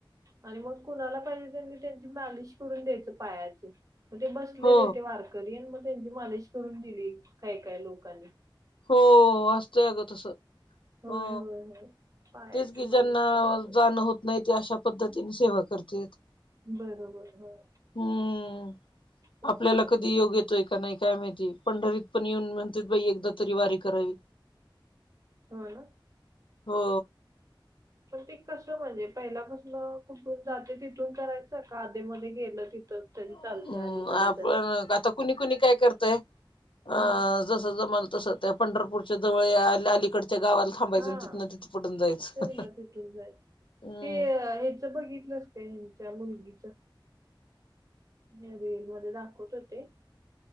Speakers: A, on the right; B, on the left.
A: आणि मग कुणाला पाहिजे त्यांनी त्यांची मालिश करून द्यायचं पायाची. मग ते बसलेले
B: हो
A: ते वारकरी आणि मग त्यांची मालिश करून दिली काही काही लोकांनी.
B: हो. हो असतंय अगं तसं
A: होय
B: हो
A: होय होय पायाची
B: तेच की ज्यांना
A: मालिश करून दे
B: जाणं होत नाही ते अशा पद्धतीने सेवा करत्यात.
A: बरोबर होय.
B: हम्म,
A: चांगलं
B: आपल्याला कधी योग येतोय का नाही काय माहिती पंढरीत पण येऊन म्हणत्यात बाई एकदा तरी वारी करावी
A: हो ना
B: हो.
A: पण ते कसं म्हणजे पहिल्यापासनं कुठून जातंय तिथून करायचं का आधीमध्ये गेलं तिथं तरी चालतंय
B: हम्म
A: अलीकडे
B: आपण
A: जरा
B: आता कुणी कुणी काय करतंय अ
A: हम्म
B: जसं जमल तसं त्या पंढरपूरच्या जवळ या अल-अलीकडच्या गावाला थांबायचं
A: हां
B: आणि तिथनं तिथं पटून जायचं
A: तर मग तिथून जायचं
B: हम्म
A: ते <unintelligible> ते बघितलं ह्यांच्या मुलगीचं? या रीलमध्ये दाखवत होते.